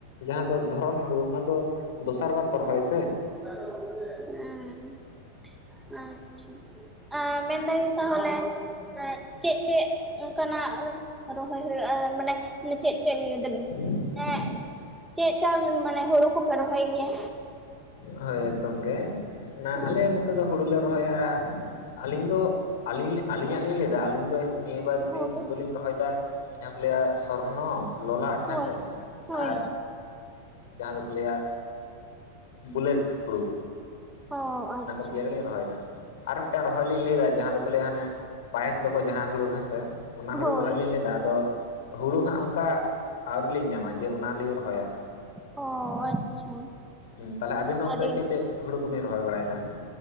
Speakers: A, on the left; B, in the centre.
A: ᱡᱟᱦᱟᱸ ᱫᱚ ᱫᱷᱚᱨᱚᱱ ᱦᱩᱲᱩ ᱚᱱᱟ ᱫᱚ ᱫᱚᱥᱟᱨ ᱵᱟᱨ ᱠᱚ ᱨᱚᱦᱚᱭ ᱟᱥᱮ᱾
B: <unintelligible> ᱦᱮᱸ ᱟᱪᱪᱷᱟ᱾ ᱟ ᱢᱮᱱᱫᱟᱞᱤᱧ ᱛᱟᱦᱚᱞᱮ ᱪᱮᱫ ᱪᱮᱫ ᱚᱝᱠᱟᱱᱟᱜ ᱨᱚᱦᱚᱭ ᱦᱩᱭᱩᱜᱼᱟ ᱢᱟᱱᱮ ᱪᱮᱫ ᱪᱮᱫ ᱞᱟᱹᱭ ᱫᱟᱞᱤᱧ?
A: <unintelligible>
B: ᱮᱸᱜ ᱪᱮᱫ ᱪᱚᱞ ᱢᱟᱱᱮ ᱦᱩᱲᱩ ᱠᱚᱯᱮ ᱨᱚᱦᱚᱭ ᱜᱮᱭᱟ?
A: ᱦᱳᱭ ᱮᱠᱫᱚᱢ ᱜᱮ ᱚᱱᱟ
B: ᱦᱳᱭ
A: ᱟᱞᱮ ᱱᱚᱛ ᱱᱚᱛᱮ ᱫᱚ ᱦᱩᱲᱩ ᱞᱮ ᱨᱚᱦᱚᱭᱟ ᱟᱹᱞᱤᱧ ᱫᱚ ᱟᱹᱞᱤᱧ ᱟᱹᱞᱤᱧᱟᱜ ᱞᱤᱧ ᱞᱟᱹᱭ ᱫᱟ ᱟᱹᱞᱤᱧ ᱫᱚ ᱱᱤᱭᱟᱹ ᱵᱟᱨ ᱫᱤ
B: ᱦᱳᱭ
A: ᱫᱩᱞᱤᱧ ᱨᱚᱦᱚᱭᱮᱫᱟ ᱡᱟᱦᱟᱸ ᱠᱚ ᱞᱟᱹᱭᱟ ᱥᱚᱨᱱᱚ ᱞᱚᱞᱟᱴ
B: ᱦᱳᱭ
A: ᱦᱮᱸᱥᱮ
B: ᱦᱳᱭ
A: ᱟᱨ ᱡᱟᱦᱟᱸ ᱫᱚᱠᱚ ᱞᱟᱹᱭᱟ ᱵᱩᱞᱮᱴ ᱦᱩᱲᱩ
B: ᱚ ᱟᱪᱪᱷᱟ
A: ᱚᱱᱟ ᱯᱮᱭᱟ ᱜᱮᱞᱤᱧ ᱨᱚᱦᱚᱭᱮᱫᱟ᱾ ᱟᱨ ᱢᱤᱫᱴᱮᱱ ᱨᱚᱦᱚᱭ ᱞᱤᱧ ᱞᱟᱹᱭᱮᱫᱟ ᱡᱟᱦᱟᱸ ᱫᱚᱠᱚ ᱞᱟᱹᱭᱟ ᱦᱟᱱᱮ ᱯᱟᱭᱤᱥ ᱫᱚᱠᱚ ᱡᱟᱦᱟᱸ ᱦᱩᱲᱩ ᱦᱮᱸᱥᱮ᱾ ᱚᱱᱟ ᱦᱩᱲᱩ
B: ᱦᱳᱭ
A: ᱨᱚᱦᱚᱭ ᱞᱤᱧ ᱞᱟᱹᱭ ᱫᱟ ᱟᱫᱚ ᱦᱩᱲᱩ ᱦᱟᱸᱜ ᱚᱱᱠᱟ ᱟᱹᱣᱨᱤ ᱞᱤᱧ ᱧᱟᱢᱟ ᱡᱮ ᱚᱱᱟᱞᱤᱧ ᱨᱚᱦᱚᱭᱟ᱾
B: ᱚ ᱟᱪᱪᱷᱟ,
A: ᱛᱟᱦᱚᱞᱮ ᱟᱵᱤᱱ ᱫᱚ ᱚᱱᱛᱮ
B: ᱟᱹᱰᱤ
A: ᱪᱮᱫ
B: ᱱᱟᱯᱟᱭ
A: ᱪᱮᱫ ᱦᱩᱲᱩ ᱠᱚᱵᱤᱱ ᱨᱚᱦᱚᱭ ᱵᱟᱲᱟᱭ‌ ᱫᱟ?